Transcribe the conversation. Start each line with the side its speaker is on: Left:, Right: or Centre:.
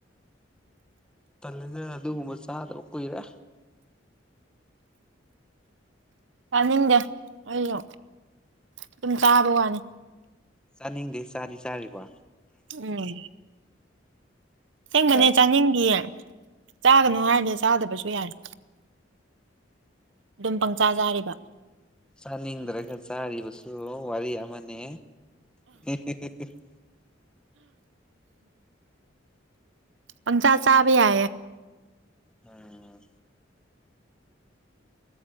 Centre: ꯇꯂꯅ ꯑꯗꯨꯒꯨꯝꯕ ꯆꯥꯗꯕ ꯀꯨꯏꯔꯦ
Right: ꯆꯥꯅꯤꯡꯗꯦ ꯑꯩꯅ ꯑꯗꯨꯝ ꯇꯥꯕ ꯋꯥꯅꯤ
Centre: ꯆꯥꯅꯤꯡꯗꯦ ꯆꯥꯗꯤ ꯆꯥꯔꯤꯕ
Right: ꯎꯝ ꯊꯦꯡꯒꯅꯤ
Centre: ꯌꯥꯏ
Right: ꯆꯥꯅꯤꯡꯈꯤꯌꯦ ꯆꯥꯒꯅꯨ
Centre: ꯎꯝ
Right: ꯍꯥꯏꯔꯗꯤ ꯆꯥꯗꯕꯁꯨ ꯌꯥꯔꯦ ꯑꯗꯨꯝ ꯄꯪꯆꯥ ꯆꯥꯔꯤꯕ
Centre: ꯆꯥꯅꯤꯡꯗ꯭ꯔꯒ ꯆꯥꯔꯤꯕꯁꯨ ꯋꯥꯔꯤ ꯑꯃꯅꯦ <inaudible>
Right: ꯄꯪ ꯆꯥ ꯆꯥꯕꯤ ꯌꯥ
Centre: ꯎꯝ